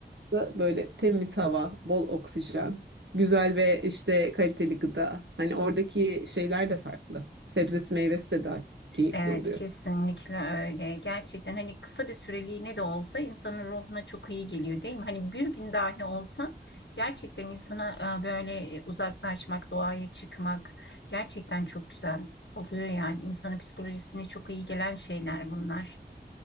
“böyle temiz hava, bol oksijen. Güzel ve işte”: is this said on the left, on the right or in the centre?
Right